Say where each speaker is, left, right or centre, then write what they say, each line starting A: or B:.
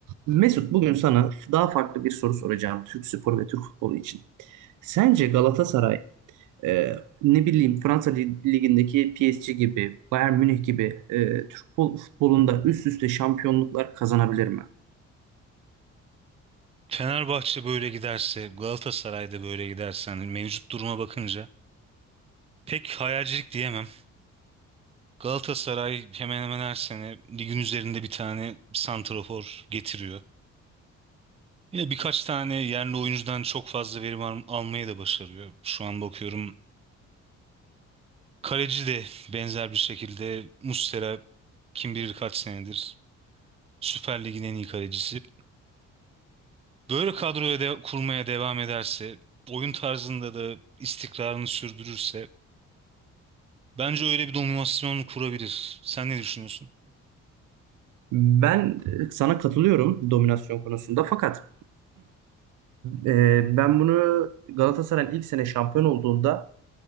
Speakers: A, on the right; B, on the right.
A: Mesut bugün sana daha farklı bir soru soracağım Türk sporu ve Türk futbolu için. Sence Galatasaray e, ne bileyim Fransa Lig- Ligi'ndeki PSG gibi, Bayern Münih gibi e, Türk fut- futbolunda üst üste şampiyonluklar kazanabilir mi?
B: Fenerbahçe böyle giderse, Galatasaray'da böyle giderse hani mevcut duruma bakınca pek hayalcilik diyemem. Galatasaray hemen hemen her sene ligin üzerinde bir tane santrafor getiriyor. Yine birkaç tane yerli oyuncudan çok fazla verim al- almayı da başarıyor. Şu an bakıyorum kaleci de benzer bir şekilde Muslera kim bilir kaç senedir Süper Lig'in en iyi kalecisi. Böyle kadroya de kurmaya devam ederse, oyun tarzında da istikrarını sürdürürse Bence öyle bir dominasyon kurabilir. Sen ne düşünüyorsun?
A: Ben e, sana katılıyorum dominasyon konusunda fakat e, ben bunu Galatasaray'ın ilk sene şampiyon olduğunda